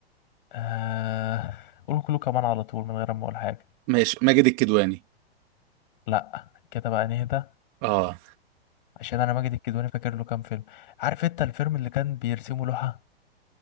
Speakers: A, on the left; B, on the right.
A: آه... قول كله كمان على طول من غير ما اقول حاجه
B: ماشي ماجد الكدواني
A: لا كده بقى نهدى
B: اه
A: عشان انا ماجد الكدواني فاكر له كام فيلم عارف انت الفيلم اللي كان بيرسمه لوحه